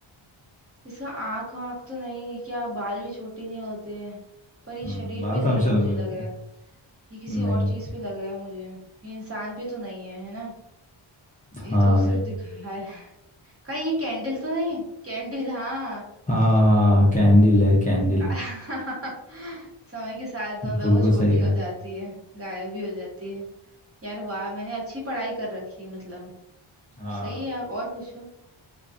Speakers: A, on the right; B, on the left.
A: इसका आँख वाँख तो नहीं है क्या बाल भी छोटे नहीं होते पर ये
B: हम्म
A: शरीर
B: बाल
A: पे
B: तो
A: नहीं
B: हमेशा
A: है
B: लंबे
A: मुझे लग
B: होते
A: रहा
B: हैं
A: है ये किसी और
B: नहीं
A: चीज पे लग रहा है मुझे ये इंसान पे तो नहीं है है ना ये
B: हाँ
A: तो सिर्फ
B: नहीं
A: दिखाया है <laughs> कहीं ये कैंडल तो नहीं कैंडल हाँ
B: हाँ कैंडल है कैंडल
A: <laughs> समय के साथ मतलब
B: बिल्कुल
A: वो छोटी
B: सही
A: हो
B: कहा
A: जाती है गायब भी हो जाती है यार वाह मैंने अच्छी पढ़ाई कर रखी है मतलब
B: हाँ
A: सही है यार और पूछो